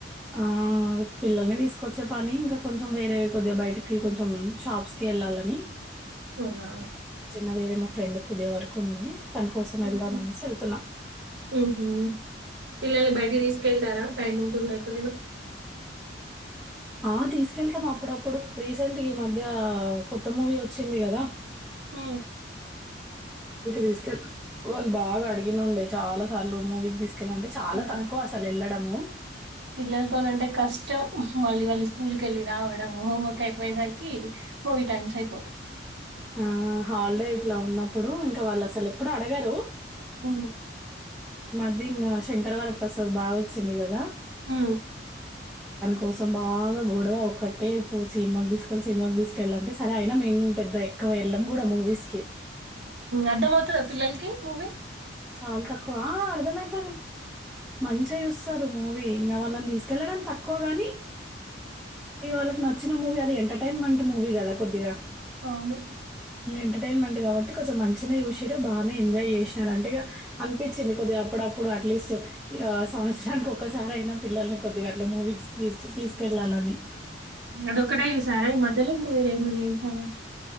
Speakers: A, in the centre; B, on the right.
A: ఆ పిల్లలు తీసుకొచ్చే పని ఇంకా కొంచెం వేరే కొద్దిగా బయటికి కొంచెం షాప్స్ కి వెళ్ళాలని
B: అవునా
A: చిన్న వేరే మా ఫ్రెండ్ కుదిే వరకు ఉంది దాని కోసం వెళ్దామనేసి
B: ఉహు.
A: వెళ్తున్నాం
B: ఉహు. పిల్లల్ని బయటకి తీసుకెళ్తారా టైమ్ ఉంటుందా ఎప్పుడైనా
A: ఆ తీసుకెళ్తాం అప్పుడప్పుడు రీసెంట్ ఈ మధ్య కొత్త మూవీ వచ్చింది కదా
B: హ
A: తీసుకెళ్లి వాళ్ళు బాగా అడిగినండే చాలా సార్లు మూవీకి తీసుకెళ్ళ అంటే చాలా
B: ఆహా,
A: తక్కువ అసలు ఎళ్ళ ఆమ్మో
B: పిల్లలతోనంటే కష్టం మళ్ళీ వాళ్ళ స్కూల్కి వెళ్ళి రావాల హోమ్వర్క్ అయిపోయేసరికి హోవి టన్ంచి అయిపోతాం
A: ఆ హాలిడే ఇట్లా ఉన్నప్పుడు ఇంకా వాళ్ళు అసలు ఎప్పుడు అడగరు
B: హ
A: అది ఇంకా శంకరవర ప్రసాద్ బాగా వచ్చింది కదా
B: హ
A: కోసం బాగా గొడవ ఒక్కటే సినిమాకి తీసుకెళ్ళి సినిమాకి తీసుకెళ్ళాలంటే సరే అయినా మేము పెద్ద ఎ ఇక్కవేళ్ళం కూడా మూవీస్కి
B: అర్థం అవుతుందా పిల్లలకి మూవీ
A: చాలా తక్కువ అర్ధమ అైతది మంచిగా చూస్తారు మూవీ ఇంక వాళ్ళని తీసుకెళ్లడం తక్కువగాని ఇక వాళ్ళకి న నచ్చిన మూవీ అది ఎంటర్న్మెంట్ మూవీ కదా కొద్దిగా
B: అవును
A: ఇ ఎంటర్టైన్మెంట్ కాబట్టి కొంచెం మంచిిన చూసిారు బానే ఎంజాయ్ చేసినార గా అనిపించింది కొద్దిగా అప్పుడప్పుడు అట్లీస్ట్ సంవత్సరానికి ఒకక్కసారి అయినా పిల్లల్ని కొద్దిగా అట్లా మూవీస్ తీసు తీసుకెళ్ళాలని
B: అదొక్కటే జూసారా ఈ మధ్యలో ఇంకా వేరే ఏమన సారా